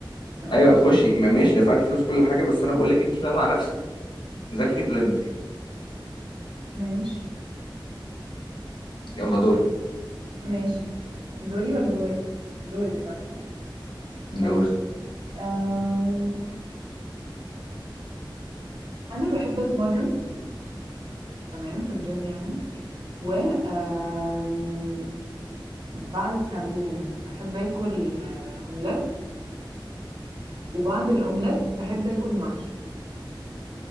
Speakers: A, on the right; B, on the left.
A: <laughs>
B: ايوه خشي ما- ماشي دفعتي فلوس كل حاجة بس انا بقولك انت بقى مع نفسك ذاكري بلندر
A: ماشي
B: يلا دورك
A: ماشي دوري ولا دورك دوري صح اه
B: دورك
A: ماشي آم، انا بحب اتمرن تمام في الجيم يعني و آم، بعد التمرين بحب اكل آه، اومليت وبعد الاومليت بحب اكل محشي